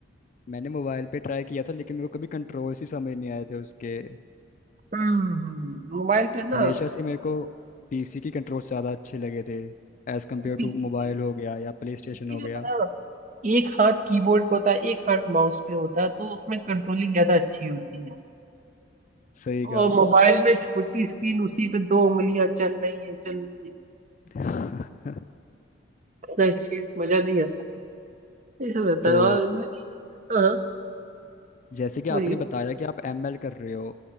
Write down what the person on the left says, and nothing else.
मैंने मोबाइल पे ट्राई किया था लेकिन मेरे को कभी कंट्रोल्स ही समझ नहीं आए थे उसके
हमेशा से मेरे को पीसी की कंट्रोल्स ज़्यादा अच्छे लगे थे एज कम्पेयर
टू मोबाइल हो गया या प्ले स्टेशन
हो
गया
सही
कहा
<laughs>
तो
जैसे कि आपने
बताया कि आप एमएल कर रहे हो